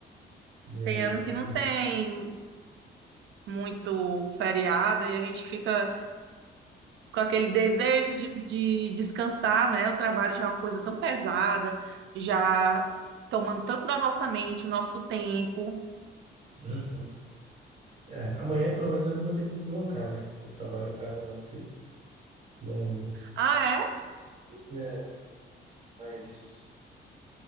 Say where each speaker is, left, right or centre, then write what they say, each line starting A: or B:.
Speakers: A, on the right; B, on the right.
A: E aí.
B: Tem ano que não tem muito feriado e a gente fica com aquele desejo de, de descansar, né? O trabalho já é uma coisa tão pesada, já tomando tanto da nossa mente, o nosso tempo.
A: Uhum. É, amanhã pelo menos eu não vou ter que me deslocar, né? Eu trabalho em casa nas sextas. E aí
B: Ah, é?
A: é é mais,